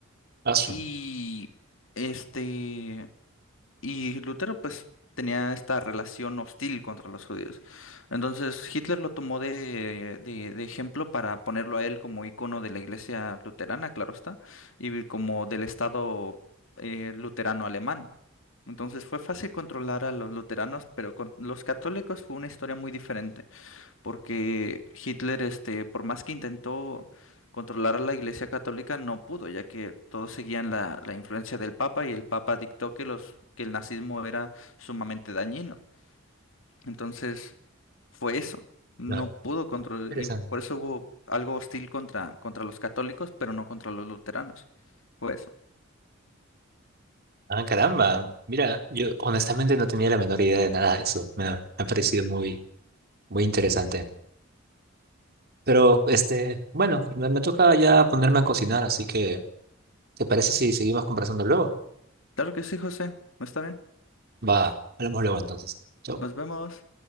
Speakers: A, on the right; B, on the left.
A: Ah, su-
B: Y este y Lutero pues tenía esta relación hostil contra los judíos. Entonces Hitler lo tomó de, de- de ejemplo para ponerlo a él como icono de la iglesia luterana, claro está, y como del estado eh, luterano alemán. Entonces fue fácil controlar a los luteranos, pero con los católicos fue una historia muy diferente porque Hitler, este, por más que intentó controlar a la Iglesia Católica, no pudo, ya que todos seguían la, la influencia del Papa y el Papa dictó que los, que el nazismo era sumamente dañino. Entonces, fue eso. No
A: claro.
B: pudo controlar,
A: Interesante.
B: y por eso hubo algo hostil contra, contra los católicos, pero no contra los luteranos. Fue eso.
A: Ah, caramba. Mira, yo honestamente no tenía la menor idea de nada de eso. Me ha, me ha parecido muy, muy interesante. Pero, este,
B: Y
A: bueno, me, me toca ya ponerme a cocinar, así que, ¿te parece si seguimos conversando luego?
B: claro que sí, José. Está bien.
A: Va, hablamos luego entonces. Chau.
B: Nos vemos.